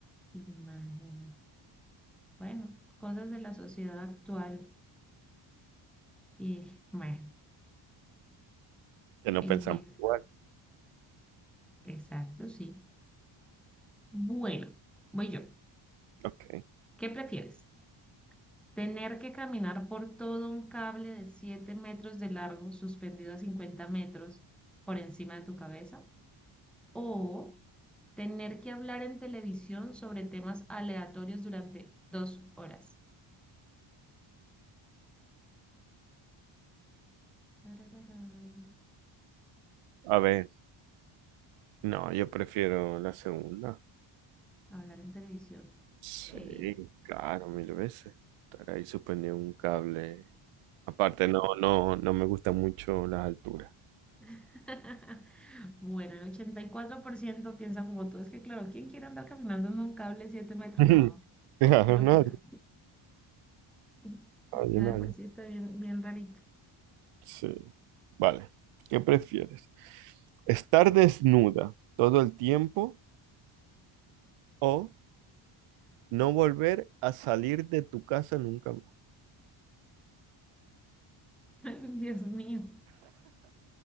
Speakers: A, in the centre; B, on the right.
A: Imagina. Bueno, cosas de la sociedad actual. Y bueno,
B: Que no
A: eh,
B: pensamos igual.
A: exacto, sí. Bueno, voy yo.
B: Ok.
A: ¿Qué prefieres? Tener que caminar por todo un cable de 7 metros de largo suspendido a 50 metros por encima de tu cabeza. O tener que hablar en televisión sobre temas aleatorios durante dos horas. Tarararán.
B: A ver, no, yo prefiero la segunda.
A: Hablar en televisión.
B: Sí,
A: Sí.
B: claro, mil veces. Estar ahí suspendido en un cable. Aparte, no, no, no me gustan mucho las alturas.
A: <laughs> Bueno, el ochenta y cuatro por ciento piensa como tú. Es que, claro, ¿quién quiere andar caminando en un cable de 7 metros?
B: <laughs>
A: No,
B: Claro,
A: qué locura.
B: nadie,
A: <laughs>
B: nadie,
A: Ya
B: nadie.
A: de por sí está bien, bien rarito.
B: Sí. Vale. ¿Qué prefieres? ¿Estar desnuda todo el tiempo o no volver a salir de tu casa nunca
A: <laughs> Dios mío.